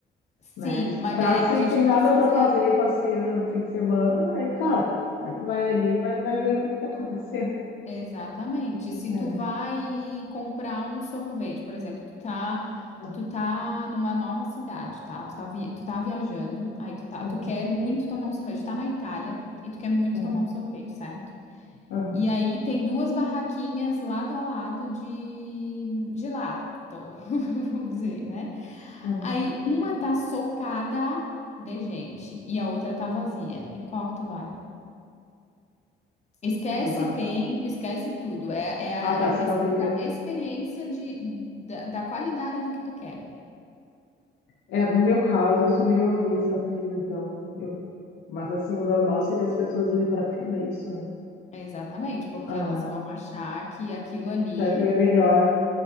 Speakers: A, on the left (about 35°); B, on the left (about 80°).
A: sim,
B: né? Se
A: mas
B: tu tá
A: é,
B: assim,
A: a gente
B: sem
A: não
B: nada
A: precisa
B: pra fazer, passeando fim de semana, aí, claro. Aí tu vai ali e vai, vai ver o que que tá <laughs> acontecendo.
A: Exatamente. Se
B: É,
A: tu vai comprar um sorvete, por exemplo, tu tá,
B: aham,
A: tu tá numa nova cidade, tá? Tu tá, vi- tu tá viajando, aí tu tá,
B: aham,
A: tu quer muito tomar um sorvete, tu tá na Itália e tu quer muito
B: aham,
A: tomar um sorvete, certo?
B: aham,
A: E aí tem duas barraquinhas lado a lado de gelato, <laughs> vamos dizer, né?
B: aham,
A: Aí uma tá socada de gente e a outra tá vazia.
B: aham.
A: Em qual que tu vai? Esquece
B: Não vai.
A: tempo, esquece tudo. É, é, a,
B: Ah, tá,
A: é a
B: se
A: questão
B: não tem tempo.
A: da experiência de, da, da qualidade do que tu quer.
B: É, no meu caso, eu sou meio avessa à fila, então eu... Mas assim, o normal seria as pessoas irem pra fila, é isso, né?
A: É exatamente, porque
B: Ah.
A: elas vão achar que aquilo ali.
B: que aquilo é melhor.